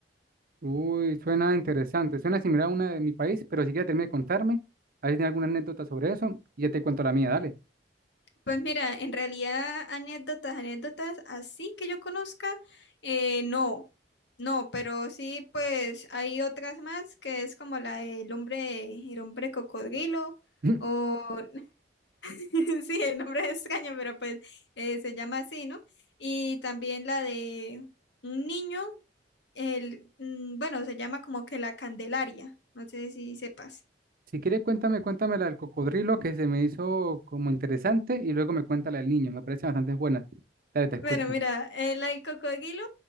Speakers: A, on the right (about 55°); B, on the left (about 70°).
A: Uy, suena interesante. Suena similar a una de mi país, pero si quieres terminar de contarme, a ver si tiene alguna anécdota sobre eso y ya te cuento la mía, dale.
B: Pues mira, en realidad anécdotas, anécdotas así que yo conozca, eh, no, no, pero sí, pues hay otras más que es como la del hombre, el hombre cocodrilo,
A: <laughs>
B: o <laughs> sí, el nombre es extraño, pero pues eh, se llama así, ¿no? Y también la de un niño, el, mm, bueno, se llama como que la Candelaria, no sé si sepas.
A: Si quieres, cuéntame, cuéntame la del cocodrilo que se me hizo como interesante y luego me cuenta la del niño. Me parece bastante buena. Dale, te escucho.
B: Bueno, mira, el, el cocodrilo,